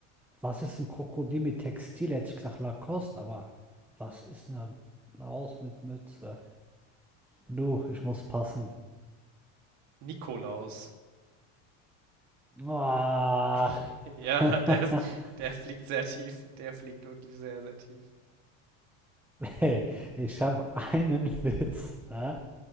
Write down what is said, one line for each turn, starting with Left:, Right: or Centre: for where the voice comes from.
Centre: was ist ein Krokodil mit Textil? Hätte ich gesagt Lacoste, aber was ist eine Laus mit Mütze? Du, ich muss passen.
Right: Nikolaus.
Centre: Ach,
Right: <laughs> Ja,
Centre: <laughs>
Right: der ist, der fliegt sehr tief. Der fliegt wirklich sehr, sehr tief.
Centre: hey, ich habe einen Witz, ne?